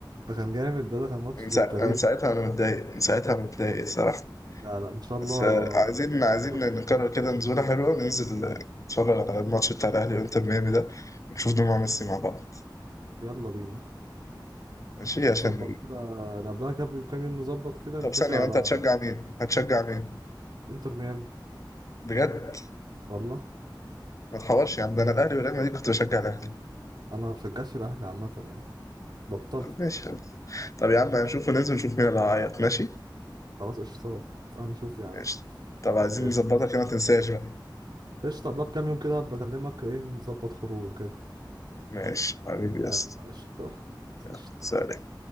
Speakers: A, on the right; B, on the left.
A: ده كان جامد ده ده كان ماتش
B: من سا-
A: للتاريخ
B: من ساعتها انا متضايق من ساعتها أنا متضايق الصراحه
A: لا لا ان شاء الله
B: بس آه، عايزين
A: نشوف
B: عايزين نكرر كده نزولة حلوة وننزل آه، نتفرج على الماتش بتاع الأهلي وإنتر ميامي ده نشوف دموع ميسي مع بعض
A: يلا بينا
B: ماشي عشان
A: نظبط كده نقابلها قبل بكام يوم نظبط كده
B: طب
A: نتفق
B: ثانية
A: على
B: وأنت هتشجع مين؟ هتشجع مين؟
A: انتر ميامي
B: بجد
A: والله
B: ما تحورش يا عم ده أنا الأهلي وريال مدريد كنت بشجع الأهلي
A: انا ما بشجعش الاهلي عامه يعني بطلت
B: طب ماشي طب يا عم هنشوف وننزل نشوف مين اللي هيعيط ماشي؟
A: خلاص قشطة هنشوف يا عم
B: ماشي طب عايزين
A: قشطة
B: نظبطها كده ما تنساش بقى
A: قشطة قبلها بكام يوم كده هبقى اكلمك ايه نظبط خروج كده
B: ماشي حبيبي يا اسطى
A: يلا قشطة
B: يلا
A: قشطة
B: سلام